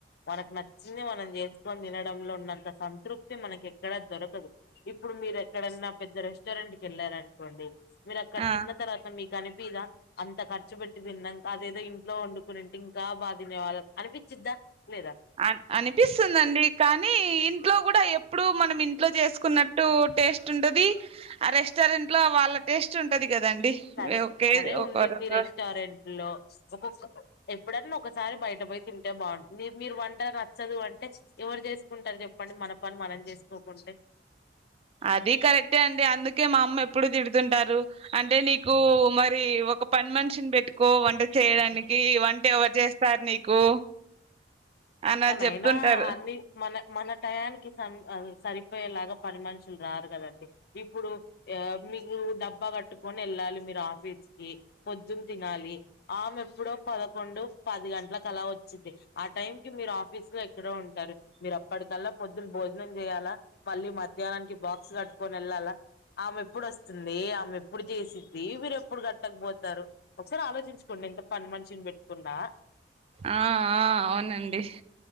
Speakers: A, on the left (about 60°); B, on the right (about 35°).
A: మనకు నచ్చింది మనం చేసుకొని తినడంలో ఉన్నంత సంతృప్తి మనకి ఎక్కడా దొరకదు ఇప్పుడు మీరు ఎక్కడన్నా పెద్ద రెస్టారెంట్ కి వెళ్ళారనుకోండి మీరు అక్కడ
B: ఆ
A: తిన్న తర్వాత మీకని పిద అంత ఖర్చు పెట్టి తిన్నంక అదేదో ఇంట్లో వండు పునింటే ఇంకా బా తినేవాళ్ళు అనిపించిద్దా లేదా
B: అ అనిపిస్తుందండి కానీ ఇంట్లో కూడా ఎప్పుడు మనం ఇంట్లో చేసుకున్న టు టేస్ట్ ఉంటది ఆ రెస్టారెంట్ లో వాళ్ళ టేస్ట్ ఉంటది కదండి
A: సరే
B: ఒకే
A: సరే
B: ఒక
A: ఉందిది
B: రక
A: రెస్టారెంట్లో ఒక్కొక్క ఎప్పుడన్నా ఒకసారి బయట పోయి తింటే బాగుంటుంది మీ మీరు వంట నచ్చదు అంటే ఎవరు చేసుకుంటారు చెప్పండి మన పని మనం చేసుకోకుంటే
B: అదీ కరెక్టే అండి అందుకే మా అమ్మ ఎప్పుడూ తిడుతుంటారు అంటే నీకూ మరీ ఒక పని మనిషిని పెట్టుకో వంట చేయడానికి
A: ఆ
B: వంటేవరు చేస్తారు నీకు
A: చిక్కనయినా
B: అని ఆళ్ళు చెప్తుంటారు
A: అన్ని మన మన టయానికి సన్ సరిపోయేలాగా పని మనుషులు రారు కదండి ఇప్పుడు యా మీకు డబ్బా కట్టుకొని వెళ్ళాలి మీరు ఆఫీస్ కి పొద్దున్ తినాలి ఆమె ఎప్పుడో పదకొండు పది గంట్ల అలా వచ్చింది టైం కి మీరు ఆఫీస్ లో ఎక్కడో ఉంటారు మీరు అప్పటికల్లా పొద్దున భోజనం చేయ్యాలా మళ్ళీ మధ్యాహ్నానికి బాక్స్ కట్టుకొని ఎళ్ళాలా ఆమె ఎప్పుడు వస్తుంది ఆమె ఎప్పుడు చేసింది మీరు ఎప్పుడు కట్టకపోతారు ఒసారి ఆలోచించుకోండి ఎంత పని మనిషిని పెట్టుకున్నా
B: ఆ ఆ అవునండి